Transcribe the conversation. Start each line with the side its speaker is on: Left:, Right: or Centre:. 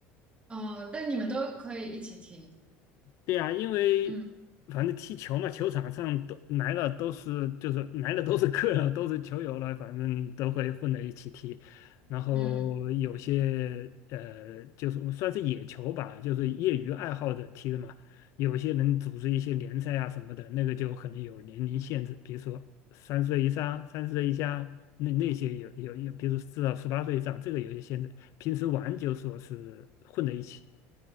Right: 哦，但你们都可以一起踢。
Left: 对呀，因为反正踢球嘛，
Right: 嗯
Left: 球场上都来了都是就是来了都是客了，都是球友了，反正都会混在一起踢。然后有些呃，
Right: 嗯。
Left: 就是我们算是野球吧，就是业余爱好者踢的嘛。有些人组织一些联赛啊什么的，那个就可能有年龄限制，比如说三岁以上、三十岁以下，那那些有有有，比如说至少十八岁以上，这个有些限制。平时玩就说是混在一起。